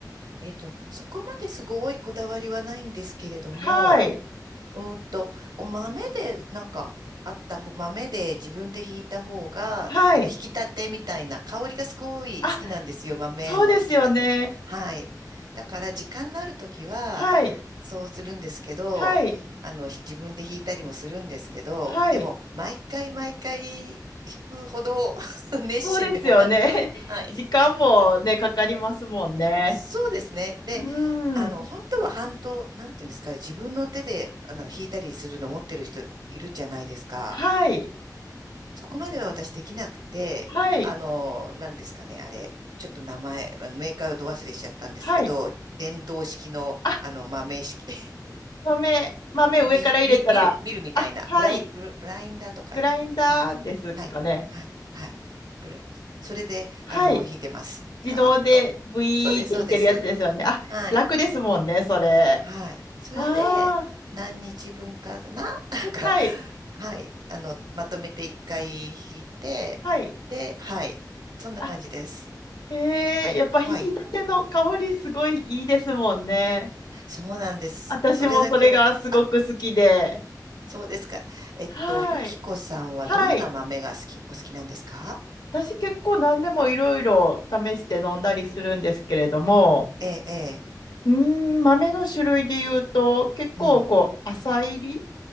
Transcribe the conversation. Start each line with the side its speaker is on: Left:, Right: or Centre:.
Right: えっと、そこまですごいこだわりはないんですけれども、
Left: はい。
Right: うーんと、お豆で、なんか、あった方、豆で自分でひいた方が、
Left: はい。
Right: なんか引き立てみたいな、香りがすごい好きなんですよ、
Left: あ、
Right: 豆の引き立て。
Left: そうですよね。
Right: はい。だから、時間のあるときは、
Left: はい。
Right: そうするんですけど、
Left: はい。
Right: あの、ひ自分で引いたりもするんですけど、
Left: はい。
Right: でも、毎回毎回引くほど <laughs> 熱心でもなく、
Left: そうですよね。<laughs>
Right: はい。
Left: 時間もね、かかりますもんね。
Right: そうですね。で、
Left: う
Right: あの、
Left: ーん。
Right: 本当はハンド、なんていうんですかね、自分の手で、あの、弾いたりするの持ってる人いるじゃないですか。
Left: はい。
Right: そこまでは私できなくて、
Left: はい。
Right: あの、なんですかね、あれ、ちょっと名前、あのメーカーをど忘れしちゃったんですけど、
Left: はい。
Right: 電動式の、
Left: あ、
Right: あの、まあ、名式、<laughs>
Left: 豆、豆上から入れたら、
Right: まあ、名、み、見る、見るみたいな、
Left: あ、はい。
Right: ブライン、ブラ、ブラインダーとかいうの。
Left: グラインダーですかね。
Right: うん。はい、はい、はい。ブレそれで、
Left: はい。
Right: あの、弾いてます。
Left: 自動でブイーって弾けるやつですよね。
Right: ガーッと。そうです、そうです。
Left: あ、
Right: はい。
Left: 楽ですもんね、それ。
Right: はい。それで、
Left: ああ、
Right: 何日分かな <laughs> なんか、
Left: はい。
Right: はい。あの、まとめて一回引いて、
Left: はい。
Right: で、はい。そんな感じです。
Left: あ、へえ、やっぱ引き立ての香りすごいいいですもんね。
Right: はい。そうなんです。
Left: 私もそれがすごく好きで。
Right: それだけを、あ、そうですか。えっと、
Left: はい。
Right: ゆきこさんはどんな豆が好き、
Left: はい。
Right: お好きなんですか
Left: 私結構何でもいろいろ試して飲んだりするんですけれども、
Right: ええ、ええ。
Left: うーん、豆の種類で言うと、結構こう、
Right: うん。
Left: 浅入り